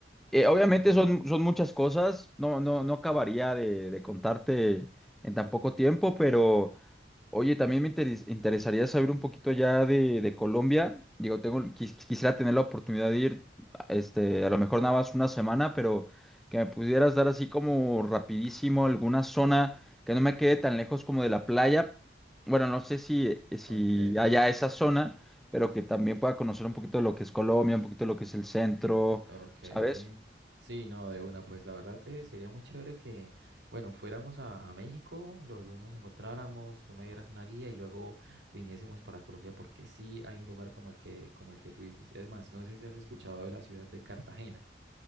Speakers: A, in the centre; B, on the right.
A: Eh,
B: Sí,
A: obviamente
B: sí.
A: son, son muchas cosas, no, no, no acabaría de, de contarte en tan poco tiempo, pero Oye, también me interes- interesaría saber un poquito ya de, de Colombia. Digo, tengo, quis- quisiera tener la oportunidad de ir, este, a lo mejor nada más una semana, pero que me pudieras dar así como rapidísimo alguna zona que no me quede tan lejos como de la playa. Bueno, no sé si, si
B: Ok.
A: haya esa zona, pero que también pueda conocer un poquito de lo que es Colombia, un poquito de lo que es el centro,
B: Ok.
A: ¿sabes?
B: Sí, no, de una, pues la verdad eh, sería muy chévere que, bueno, fuéramos a, a México, los dos nos encontráramos, tú me dieras una guía y luego viniésemos para Colombia porque sí hay un lugar como el que, como el que tú dices. Es más, no sé si has escuchado de la ciudad de Cartagena.